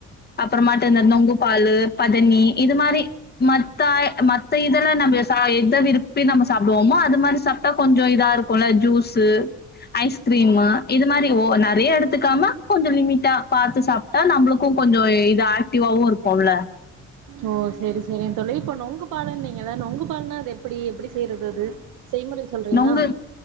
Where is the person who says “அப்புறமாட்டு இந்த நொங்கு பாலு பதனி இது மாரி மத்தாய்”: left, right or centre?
Left